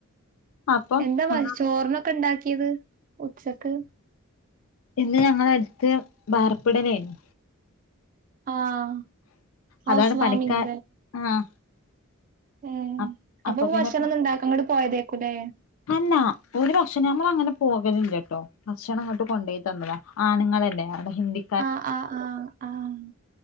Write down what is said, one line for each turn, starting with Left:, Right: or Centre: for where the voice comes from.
Left: അപ്പം
Right: എന്താ വ
Left: ഒന്ന്
Right: ചോർനൊക്കെ ഇണ്ടാക്കിയത് ഉച്ചക്ക്?
Left: ഇന്ന് ഞങ്ങളെ എട്ത്ത് ബാർപ്പിടലെനു
Right: ആഹ് ഹൗസ്
Left: അതാണ്
Right: വാമിംഗ്
Left: പണിക്കാ ആഹ്
Right: ഉം
Left: അ
Right: അപ്പൊ
Left: പിന്നെ
Right: ഭക്ഷണം ഒന്നുണ്ടാക്ക അങ്ങോട്ട് പോയതേക്കുല്ലേ?
Left: അല്ല ഓര് ഭക്ഷണം നമ്മള് അങ്ങനെ പോകലില്ലട്ടോ ഭക്ഷണം ഇങ്ങട്ട് കൊണ്ടോയി തന്നതാ ആണ്ങ്ങളല്ലെ അവിടെ ഹിന്ദി
Right: ആഹ് ആഹ് ആഹ് ആഹ്